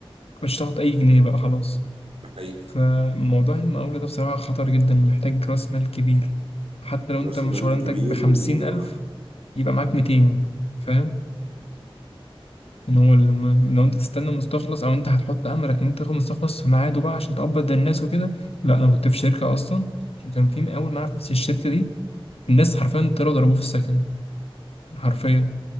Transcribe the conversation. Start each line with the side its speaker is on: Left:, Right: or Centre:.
Left: مش هتاخد أي جنيه بقى خلاص
Right: ده حقيقي
Left: فموضوع المقاولة ده بصراحة خطر جدا محتاج رأس مال كبير حتى لو أنت
Right: راس مال
Left: شغلانتك
Right: كبير
Left: بخمسين
Right: وبالظبط
Left: ألف يبقى معاك ميتين فاهم إن هو الم... لو أنت تستنى مستخلص أو أنت هتحط أملك إن أنت تاخد مستخلص في ميعاده بقى عشان تقبض ده الناس وكده لا أنا كنت في شركة أصلا وكان في مقاول معايا في نفس الشركة دي الناس حرفيا طلعوا ضربوه في السكن حرفيا